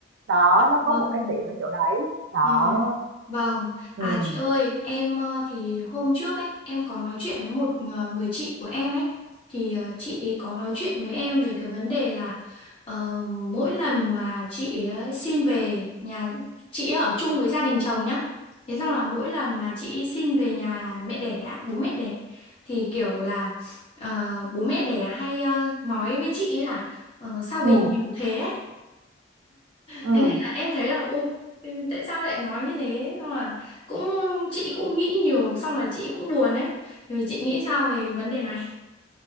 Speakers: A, on the right (about 75°); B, on the left (about 30°).
A: đó nó có
B: Vâng.
A: một cái tiện ở chỗ đấy đó
B: Vâng. Vâng. À
A: ừ.
B: chị ơi, em ờ, thì hôm trước ấy, em có nói chuyện với một ờ, người chị của em ấy thì ờ, chị ấy có nói chuyện với em về cái vấn đề là ờ, mỗi lần mà chị ấy xin về nhà chị ấy ở chung với gia đình chồng nhá. Thế xong là mỗi lần mà chị ấy xin về nhà mẹ đẻ, á, bố mẹ đẻ thì kiểu là ờ, bố mẹ đẻ hay ờ, nói với chị ấy là ờ, sao về
A: ừ
B: nhiều thế ấy?
A: ừ
B: thế nên là em thấy là ôi ừ, tại sao lại nói như thế xong là cũng chị cũng nghĩ nhiều xong là chị cũng buồn ấy rồi chị nghĩ sao về cái vấn đề này